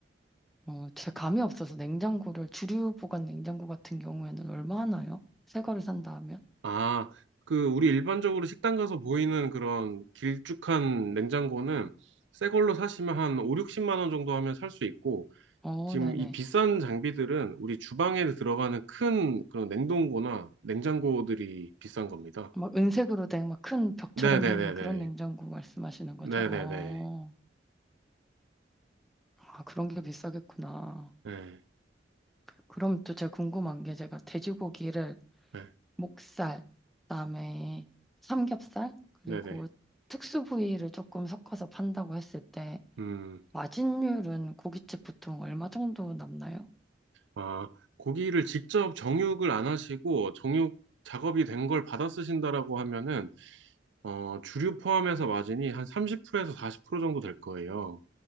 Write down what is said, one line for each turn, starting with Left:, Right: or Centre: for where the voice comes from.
Centre: 어, 제 감이 없어서 냉장고를 주류 보관 냉장고 같은 경우에는 얼마 하나요? 새 거를 산다 하면?
Right: 아, 그, 우리 일반적으로 식당 가서 보이는 그런 길쭉한 냉장고는 새 걸로 사시면 한 5, 60만 원 정도 하면 살 수 있고,
Centre: 어,
Right: 지금
Centre: 네네.
Right: 이 비싼 장비들은 우리 주방에 들어가는 큰 그런 냉동고나 냉장고들이 비싼 겁니다.
Centre: 막 은색으로 된 막 큰 벽처럼
Right: 네네네네.
Centre: 생긴 그런 냉장고 말씀하시는 거죠?
Right: 네네네.
Centre: 어, 아, 그런 게 비싸겠구나.
Right: 네.
Centre: 그럼 또 제가 궁금한 게 제가 돼지고기를
Right: 네.
Centre: 목살, 그다음에 삼겹살, 그리고
Right: 네네.
Centre: 특수 부위를 조금 섞어서 판다고 했을 때
Right: 음,
Centre: 마진율은 고깃집 보통 얼마 정도 남나요?
Right: 아, 고기를 직접 정육을 안 하시고 정육 작업이 된 걸 받아 쓰신다라고 하면은, 어, 주류 포함해서 마진이 한 30%에서 40% 정도 될 거예요.